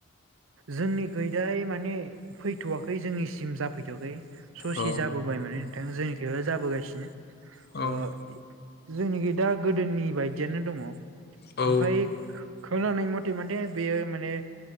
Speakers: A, on the right; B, on the left.
A: जोंनि गैदाय माने फैथ'वाखै जोंनिसिम जाफैथ'वाखै ससे
B: औ
A: जाबोबाय माने नोंथां जोंनिखैबो जाबोगासिनो
B: औ
A: ओ जोंनिखि दा गोदोनि बायदियानो दङ ओमफाय
B: औ
A: खोनानाय मथे मथे बेयो माने